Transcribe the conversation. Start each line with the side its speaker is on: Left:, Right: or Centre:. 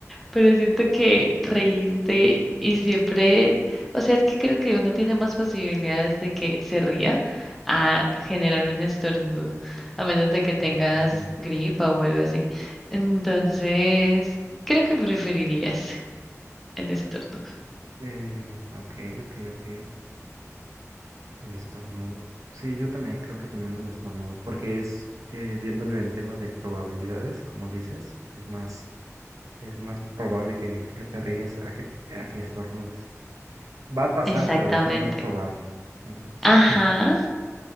Centre: Pero siento que reírte y siempre, o sea, es que creo que uno tiene más posibilidades de que se ría a generar un estornudo, a menos de que tengas
Right: Ujú.
Centre: gripa o algo así. Entonces, creo que preferirías el estornudo.
Right: Eh, ok, ok, ok. El estornudo. Sí, yo también creo que también el estornudo, porque es, eh, viéndolo en tema de probabilidades, como dices, es más, es más probable que, que te rías a que, a que estornudes. Va a pasar,
Centre: Exactamente.
Right: pero es menos probable. Entonces,
Centre: Ajá.
Right: <laughs>